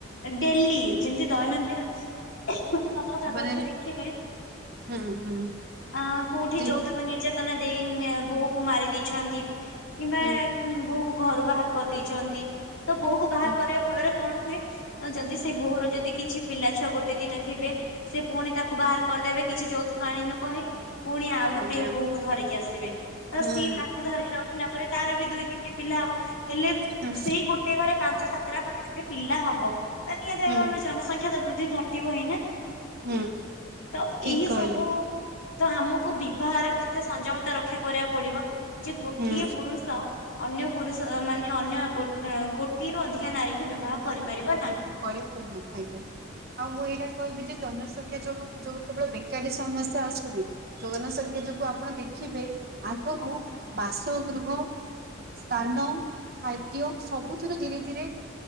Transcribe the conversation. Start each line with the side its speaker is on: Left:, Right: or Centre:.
Left: ଡେଲି ଯେମିତି ଦୈନନ୍ଦିନ ଖବର
Right: ଜୀବନରେ
Left: କାଗଜରେ ଦେଖିବେ
Right: ହୁଁ ହୁଁ
Left: ଆଁ କୋଉଠି
Right: ଜି
Left: ଯୌତୁକ ନିର୍ଯା ତାନା ଦେଇ ବୋହୁକୁ ମାରି ଦେଇଛନ୍ତି କିମ୍ବା
Right: ହୁଁ
Left: ବୋହୁକୁ ଘରୁ ବାହାର କରିଦେଇଚନ୍ତି ତବୋହୁକୁ ବାହାର
Right: ହୁଁ
Left: କରିବା ଫଳରେ କଣ ହୁଏ ତଯଦି ସେଇ ବୋହୁର ଯଦି କିଛି ପିଲା ଛୁଆ ଗୋଟେ ଦିଟା ଥିବେ ସେପୁଣି ତାକୁ ବାହାର କରିଦେବେ କିଛି ଯୋଉତୁକ ଆଣି ନୁ କହି। ପୁଣି ଆଉ ଗୋଟେ
Right: ଆଜ୍ଞା
Left: ବୋହୁ କୁ ଧରିକି ଆସିବେ ତ
Right: ହୁଁ
Left: ସିଏ ତାକୁ ଧରିଲ ରଖିଲା ପରେ ତାର ବି ଦୁଇ ତିନିଟି ପିଲା ହବ ହେଲେ
Right: ହୁଁ
Left: ସେଇ ଗୋ ଗୋଟିଏ ଘରେ ପାଞ୍ଚ ସାତଟା ଖଣ୍ଡେ ଯଦି ପିଲା ହବ ତ ନିହାତି
Right: ହୁଁ
Left: ଭାବେ ମାନେ ଜନସଂଖ୍ୟା ତ ବୃଦ୍ଧି ଘଟିବ ହିଁ ନାଁ।
Right: ହୁଁ
Left: ତ
Right: ଠିକ
Left: ଏହି
Right: କହିଲେ।
Left: ସବୁ ତ ଆମକୁ ବିବାହରେ ମଧ୍ୟ ସଂଯମତା ରକ୍ଷା କରିବାକୁ ପଡିବ ଯେ ଗୋଟିଏ
Right: ହୁଁ
Left: ପୁରୁଷ ଅନ୍ୟ ପୁରୁଷ ମାନେ ଅନ୍ୟ ଗୋଟିଏ ରୁୁ ଅଧିକା ନାରୀକୁ ବିବାହ କରିପାରିବ ନାହିଁ।
Right: କରିବ ନାହିଁ ଆଜ୍ଞା। ଆଉ ମୁଁ ଏଇଟା କହିବି ଯେ ଜନସଂଖ୍ୟା ଯୋଗୁ ଯୋଉ କେବଳ ବେକାରୀ ସମସ୍ୟା ଆସୁନି ଜନସଂଖ୍ୟା ଯୋଗୁ ଆପଣ ଦେଖିବେ ଆଖକୁ
Left: ଆଜ୍ଞା।
Right: ବାସଗୃହ ସ୍ଥାନ ଖାଦ୍ୟ ସବୁଥି ରେ ଧୀରେ ଧୀରେ